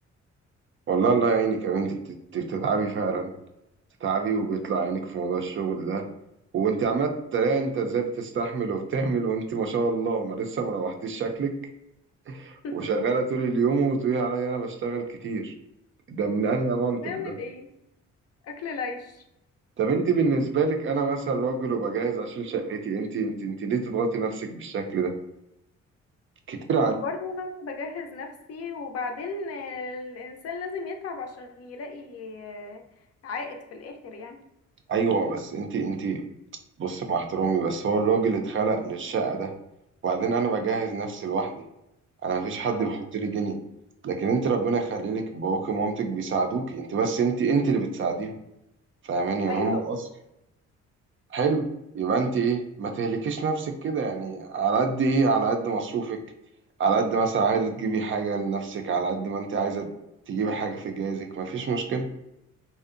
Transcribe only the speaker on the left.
<laughs>
هنعمل
ايه اكل العيش
طب
ما هو برضه انا بجهز نفسي وبعدين آه، الانسان لازم يتعب عشان يلاقي آه، عائد في الاخر يعني
اه
ايوه